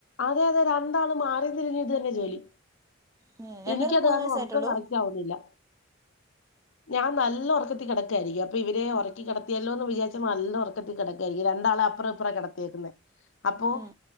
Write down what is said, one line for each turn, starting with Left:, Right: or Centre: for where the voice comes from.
Left: അതെ അതെ രണ്ടാളും മാറി തിരിഞ്ഞും ഇത് തന്നെ ജോലി
Right: ഉം രണ്ട്
Left: എനിക്കത്
Right: പേർക്കും മൂന്ന്
Left: കാരണം
Right: വയസ്സായിട്ടുള്ളൂ
Left: ഉറക്കം കറക്റ്റ് ആവുന്നില്ല ഞാൻ നല്ല ഉറക്കത്തി കിടക്കായിരിക്കും അപ്പൊ ഇവരെ ഉറക്കി കിടത്തിയല്ലോ എന്ന് വിചാരിച്ചു നല്ല ഉറക്കത്തിൽ കിടക്ക ക്കും രണ്ടാളും അപ്പറും ഇപ്പറുംആ കിടത്തിയേക്കുന്നത് അപ്പൊ
Right: ഉം